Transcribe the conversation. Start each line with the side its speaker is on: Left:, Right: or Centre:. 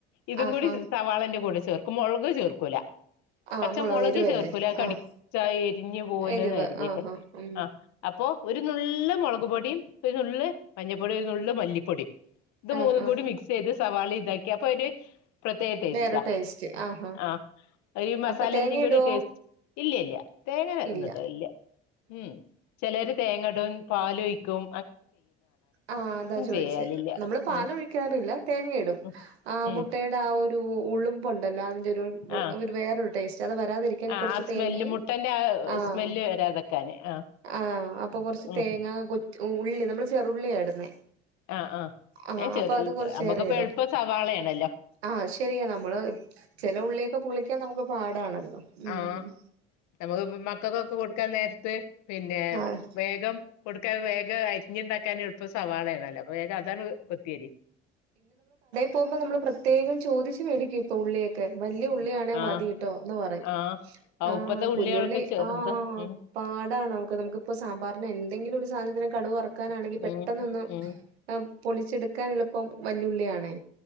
Left: ഇതും
Right: ആഹാ
Left: കൂടി സവാളെന്റെ കൂടെ ചേർകൂ ക്കും മൊളക് ചേർക്കൂല
Right: ആഹ്
Left: പച്ച
Right: മുളക്
Left: മൊളക്
Right: എരുവല്ലേ
Left: ചേർക്കൂലാ അത് കടി
Right: ആഹ്
Left: ച്ചായെരിഞ്ഞ് പോവല്ലോന്ന്
Right: എരിവ്
Left: കരുതീട്ട്
Right: ആഹാ ഉം
Left: ആഹ് അപ്പൊ ഒരു നുള്ള് മൊളക് പൊടിയും ഒരു നുള്ള് മഞ്ഞപ്പൊടിയും ഒരു നുള്ള് മല്ലിപ്പൊടിം ഇത്
Right: ആഹാ
Left: മൂന്നും കൂടി മിക്സെയ്ത് സവാളേം ഇതാക്കി അപ്പൊര് പ്രത്യേക ടേസ്റ്റാ
Right: വേറൊരു ടേസ്റ്റ് ആഹാ
Left: ആഹ് ഒരു മസാലേന്റെംകൂടി
Right: അപ്പൊ തേങ്ങ ഇടുവോ
Left: ടേസ്റ്റ് ഇല്ല്യ ഇല്ല്യ തേങ്ങ
Right: ഇല്ല
Left: ഒന്നൂടലില്ല്യ ഉം ചെലര് തേങ്ങടും പാലൊയ്ക്കും
Right: ആഹ് അതാ ചോയിച്ചേ
Left: ചെയ്യാലില്ല
Right: നമ്മള് പാലൊഴിക്കാറില്ല
Left: ഉം
Right: തേങ്ങയിടും
Left: ഉം
Right: ആഹ്
Left: ഉം
Right: മുട്ടയു ടാ ഒരു ഉളുമ്പൊണ്ടല്ലോ അതിന്റൊരു
Left: ആഹ്
Right: ഒരു വേറൊരു ടേസ്റ്റ് അത് വരാതിരിക്കാൻ
Left: ആഹ്
Right: കൊറച്ച്
Left: ആ സ്മെല്ല്
Right: തേങ്ങയും
Left: മുട്ടന്റെ ആ
Right: ആഹ്
Left: സ്മെല്ല് വരാതെക്കാന് ആഹ്
Right: ആഹ് അപ്പൊ കൊറച്ച്
Left: ഉം
Right: തേങ്ങാ കൊച് ഉള്ളി നമ്മള് ചെറുള്ളിയാ ഇടുന്നേ
Left: ആഹ് ആഹ്
Right: ആഹ്
Left: ഞാൻ ചെറ്ള്ളിയാ
Right: അപ്പൊ അത് കൊറച്ചേറെ
Left: നമ്മുക്കിപ്പം
Right: ഇടും
Left: എളുപ്പം സവാളയാണല്ലോ
Right: ആഹ് ശരിയാ നമ്മള് ചെല ഉള്ളിയക്കെ പൊളിക്കാൻ നമുക്ക് പാടാണല്ലോ ഉം
Left: ആഹ് നമുക്ക്പ്പം മക്കക്കൊക്കെ കൊടുക്കാൻ നേരത്ത് പിന്നേ
Right: ആഹ്
Left: വേഗം കൊടുക്കാൻ വേഗം അരിഞ്ഞുണ്ടാക്കാനെൾപ്പം സവാളേണല്ലോ വേഗ അതങ്ങ്ട് കൊത്തിയരിയും
Right: പോകുമ്പം നമ്മള് പ്രത്യേകം ചോദിച്ച് മേടിക്കും ഇപ്പൊ ഉള്ളിയൊക്കെ വല്യ ഉള്ളിയാണേ
Left: ആഹ്
Right: മതിട്ടോ എന്ന് പറയും
Left: ആഹ്
Right: ആഹ്
Left: ഇപ്പത്തെ ഉള്ളികളൊക്കെ
Right: കുഞ്ഞുള്ളി
Left: ചെറുത്
Right: ആഹ്
Left: ഉം
Right: പാടാണ് നമുക്ക് നമുക്കിപ്പ സാമ്പാറിനാ എന്തെങ്കിലും ഒരു സാധനത്തിനെ കടുവറക്കാനാണെങ്കി പെട്ടെന്നൊന്നും
Left: ഉം ഉം
Right: അഹ് പൊളിച്ചെടുക്കാനെളുപ്പം വല്യുള്ളിയാണേ